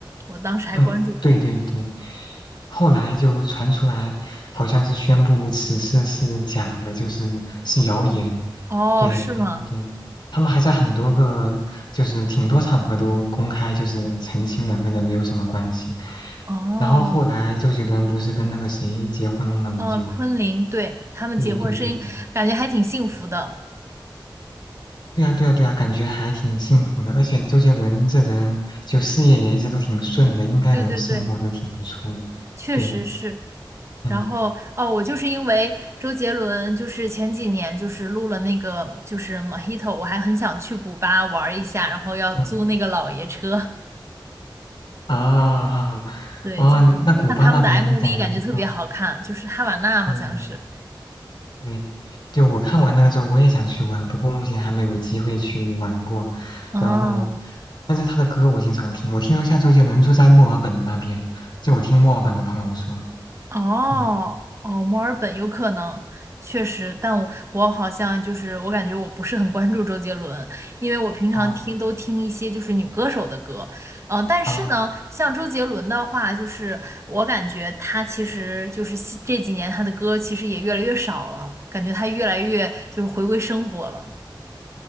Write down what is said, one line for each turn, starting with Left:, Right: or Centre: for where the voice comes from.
Right: 我当时还关注过。
Left: 嗯，对对对，后来就传出来，好像是宣布此事是假的，就是是谣言。
Right: 嗯，哦，
Left: 对，
Right: 是吗？
Left: 然后对，他们还在很多个，就是挺多场合都公开，就是澄清两个人没有什么关系。
Right: 哦，
Left: 然后后来周杰伦不是跟那个谁结婚了嘛？
Right: 呃，
Left: 就
Right: 昆凌，对，他们结婚声音感觉还挺幸福的。
Left: 对对对对，嗯对啊对啊对啊，感觉还挺幸福的。而且周杰伦这人就事业也一直都挺顺的，应该能生活的挺不错。
Right: 对对对。确实是。
Left: 对，嗯
Right: 然后哦，我就是因为周杰伦，就是前几年就是录了那个就是 Mojito，我还很想去古巴玩一下，然后要租那个老爷车。
Left: 嗯。啊
Right: <laughs> 对，
Left: 啊，
Right: 就是看他们的
Left: 那古巴那边感觉啊，
Right: MV，感觉特别好看，就是哈瓦那好像是。
Left: 嗯嗯，对，就我看完那个之后，我也想去玩，不过目前还没有机会去玩过。
Right: 哦，
Left: 然后，但是他的歌我经常听，我听说下周杰伦住在墨尔本那边，就我听墨尔本的朋友说，
Right: 哦哦，
Left: 嗯，
Right: 墨尔本有可能，确实，但我我好像就是我感觉我不是很关注周杰伦，因为我平常听都听一些就是女歌手的歌，
Left: 啊
Right: 呃，但是呢，
Left: 哦
Right: 像周杰伦的话，就是我感觉他其实就是西这几年他的歌其实也越来越少了，感觉他越来越就是回归生活了。